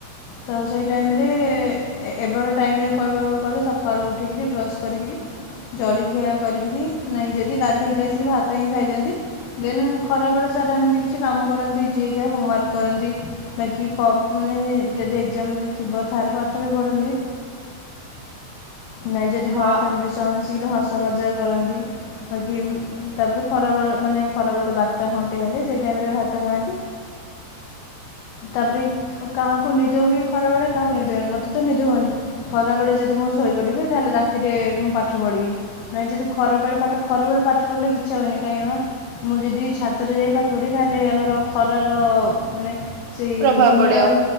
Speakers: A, on the left; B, on the right.
A: ତ ସେଇ ଟାଇମରେ ଏ ଏବେର ଟାଇମରେ କହିବାକୁ ଗଲେ ସଖାଳୁ ଉଠିକିରି ବ୍ରସ୍ କରିକରି ଜଳିଖିଆ କରିକିରି ନାଇଁ ଯଦି ଗାଧେଇକିରି ଆସିକିରି ଭାତ ହିଁ ଖାଇଦିଅନ୍ତି। ଦେନ୍ ଖରା ବଳେ ସାରା ଏମିତି କିଛି କାମ କରନ୍ତି ଯିଏ ଯାହା ହୋମୱାର୍କ କରନ୍ତି ବାକି ପ ମାନେ ଯଦି ଏକ୍ଜାମ ଥିବ ତାହେଲେ ପାଠ ବି ପଢ଼ନ୍ତି‌ ନାଇଁ ଯଦି
B: ହଁ
A: ଘର ଫ୍ୟାମିଲି ସହ ମିଶିକିରି ହସ ମଜାକ୍ କରନ୍ତି ବାକି ତାପରେ ଖରା ବଳେ ମାନେ ଖରା ବେଳ ବାରଟା ଘଣ୍ଟେ ହେଲେ ସେଇ ଟାଇମରେ ଭାତ ଖାଆନ୍ତି। ତାପରେ କାହାକୁ ନିଦ ହୁଏ ଖରା ବେଳେ କାହାକୁ ନିଦ ହୁଏନି। ମତେ ତ ନିଦ ହୁଏନି। ଖରାବେେଳେ ଯଦି ମୁଁ ଶୋଇପଡ଼ିବି ତାହେଲେ ରାତିରେ ମୁଁ ପାଠ ପାଠ ପଢ଼ିବି ନାଇଁ ଯଦି ଖରା ବେଳେ ପାଠ ଖରାବେଳେ ପାଠ ପଢ଼ିଲେ ଇଚ୍ଛା ହଏନି କାହିଁକି ନାଁ ମୁଁ ଯଦି ଛାତରେ ଯାଇ ପାଠପଢ଼ିଵି ତାହେଲେ ଆମର ଖରାର ମାନେ ସେଇ
B: ପ୍ରଭାବ ପଡିବ
A: ନିଆଁ